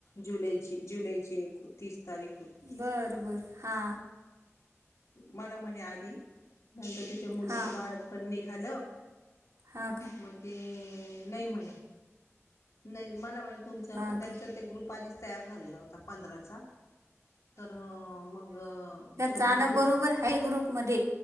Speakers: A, on the left; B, on the right.
A: जुलैची जुलैची एक तीस तारीख होती
B: बर बर हा
A: मला म्हणे आधी नंतर तिच्या मुलीच्या
B: हां
A: बाळ्यात पण निघालं
B: हां का
A: म ते नाही म्हणे नाही मला मा तुमचं
B: हां
A: पण
B: का
A: त्यांचा ते ग्रुप आधीच तयार झालेला होता पंधराचा तर मग ते म्हणे
B: जाण
A: तुमच्या
B: बरोबर आहे ग्रुप मध्ये